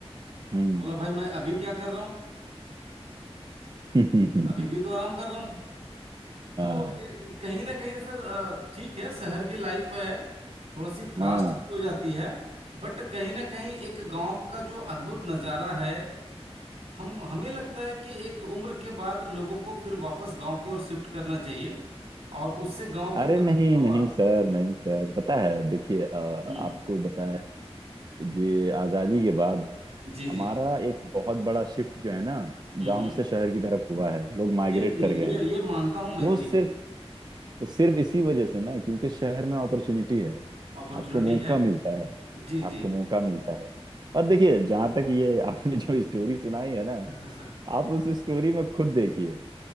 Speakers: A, on the right; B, on the right.
A: हम्म
B: तो बोला भाई मैं अभी क्या कर रहा हूँ
A: हम्म,
B: अभी भी तो आराम कर रहा हूँ
A: <laughs>
B: तो
A: हाँ
B: ए, कहीं ना कहीं सर अ, ठीक है शहर की लाइफ है थोड़ा सी फास्ट
A: हाँ
B: हो जाती है बट कहीं ना कहीं एक गांव का जो अद्भुत नज़ारा है हम हमें लगता है कि एक उम्र के बाद लोगों को फिर वापस गांव की ओर शिफ्ट करना चाहिए और उससे गांव की
A: अरे
B: ताज़ा
A: नहीं नहीं
B: हवा
A: सर नहीं सर पता है देखिए अ, आपको
B: हम्म
A: बताएं ये आज़ादी के बाद
B: जी
A: हमारा
B: जी
A: एक बहुत बड़ा शिफ्ट जो है ना
B: हम्म
A: गांव
B: हम्म
A: से शहर की तरफ हुआ है लोग माइग्रेट
B: जी जी
A: कर गए हैं
B: ये ये मानता हूं मैं
A: वो
B: भी
A: सिर्फ वो सिर्फ इसी वजह से ना क्योंकि शहर में अपॉर्चुनिटी है
B: अपॉर्चुनिटी
A: आपको मौका
B: है
A: मिलता है
B: जी
A: आपको
B: जी
A: मौका मिलता है और देखिए जहां तक ये <laughs> आपने जो स्टोरी सुनाई है ना
B: <laughs>
A: आप उस स्टोरी में खुद देखिए